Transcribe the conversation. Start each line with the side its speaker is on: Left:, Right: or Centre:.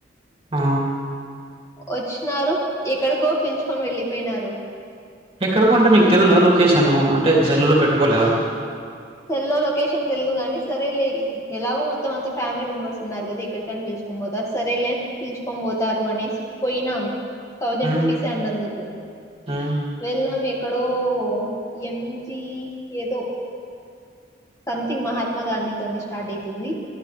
Right: ఆ
Left: వచ్చినారు ఎక్కడికో పిలుచుకొని వెళ్ళిపోయినారు
Right: ఎక్కడకో
Left: హ్మ్.
Right: అంటే మీకు తెలిదా లొకేషన్ అంటే సెల్లులో పెట్టుకోలేదా
Left: సెల్లో లొకేషన్ తెల్దు గాని సరేలే ఎలాగో మొత్తం అంతా ఫ్యామిలీ మెంబర్స్ ఉన్నారు కదా ఎక్కడికైనా పిలుచుకొని పోతారు సరేలే పిలుచుకొని పోతారు అనేసి పోయినాము థౌజండ్
Right: హ్మ్
Left: రూపీసే అన్నందుకు
Right: హ్మ్
Left: వెళ్ళాం ఎక్కడో ఎంజి ఏదో సంథింగ్ మహాత్మా గాంధీ తోనే స్టార్ట్ అయితుంది